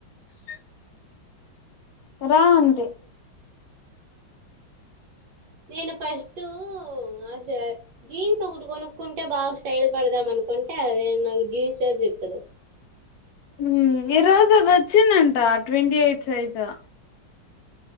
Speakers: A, on the left; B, on the right.
A: <inaudible> రా అంది
B: నేను ఫస్టూ ఆజే జీన్స్ ఒకటి కొను క్కుంటే బాగా స్టైల్ పడదాంనుకుంటే అదేం నాకు జీన్సే దేత్తలే
A: మ్మ్ ఈ రోజు అదొచ్చిందంట ట్వంటీ ఎయిట్ సైజా